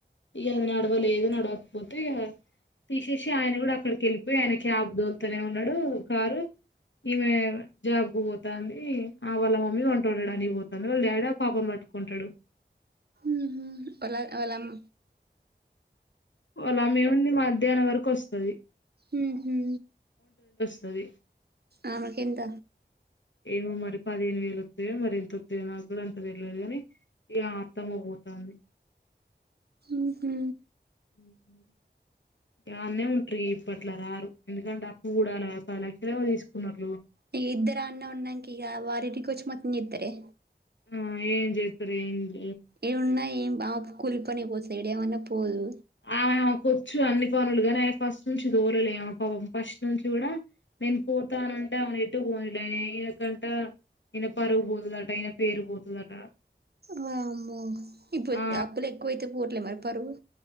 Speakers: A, on the left; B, on the right.
A: ఇగ నడవలేదు నడవకపోతే ఇగా తీసేసి ఆయన కూడా అక్కడికి వెళ్ళిపోయి ఆయన క్యాబ్ తోలుతునే ఉన్నాడు కారు ఈమె జాబ్ కు పోతంది ఆ వాళ్ళ మమ్మీ వంట వండడానికి పోతుంది వాళ్ళ డాడీ ఆ పాపను పట్టుకుంటాడు
B: ఉహు వాళ్ళ వాళ్ళ అమ్మ
A: వల్ల అమ్మ ఏముంది మధ్యాహ్నం వరకు వస్తుంది
B: ఉహు
A: అది
B: ఆమె కెంత
A: ఏమో మరి పదిహేను వేలు వస్తాయో మరి ఎంత వస్తయో నాకు కూడా అంత తెలేదుగాని ఇ అత్తమ్మ పోతంది
B: ఉహు
A: ఉహు యాన్నే ఉంటాయి ఇప్పట్ల రారు ఎందుకంటే అప్పు కూడా అల పది లక్షలేమో తీసుకున్నారు
B: ఇ ఇద్దరా అన్నే ఉన్నాంక ఇగ వారి ఇంటికొచ్చి ఏం చెత్తరే
A: ఆ ఏం చెత్తరే ఏంది
B: ఏవున్నా ఏం ఆ కులి పనికి పోస ఎడయావన్న పోదు
A: ఆమెకు వచ్చు అన్ని పనులు గానీ ఫస్ట్ నుంచి దోరలే ఫస్ట్ నుంచి కూడా నేను పోతానంటే ఎట్టు పోనీలా ఈయనకంట ఈయన పరువు పోతుందట ఈయన పేరు పోతుందట
B: వామ్మో ఇప్పుడు
A: ఆ
B: అప్పులు ఎక్కువైతే పోతలే మరి పరువు